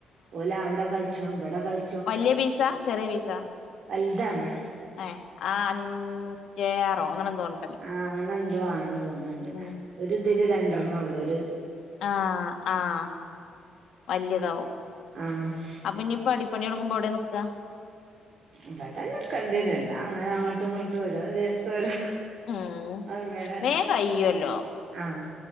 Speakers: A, on the right; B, on the left.
A: ഓലെ അവിടെ കളിച്ചോണം ഇവടെ കളി
B: വലിയ പീസ ചെറിയ പീസ
A: വലുതാണ്
B: ഏഹ് ആഹ് അഞ്ചേ ആറോ അങ്ങനെ എന്തോണ്
A: ആഹ് അങ്ങനെ എന്തോ ആണ് തോന്നുന്നുണ്ട്
B: ഉം
A: ഒര് തില് രണ്ടെണ്ണള്ളൂ ഒര്
B: ആഹ് ആഹ് വല്യതാവും
A: ആഹ്
B: അപ്പൊ ഇനി പടി പണിടൊങ്ങുമ്പോ എവടെ നിക്ക
A: ഇവിടെന്നെ നിക്കണ്ടേരും എല്ലാം അങ്ങോട്ടും ഇങ്ങോട്ടും ഓരോ ദിവസം തൊരു
B: ഉം
A: അങ്ങനെ
B: വേഗം കയ്യുവല്ലോ
A: ആഹ്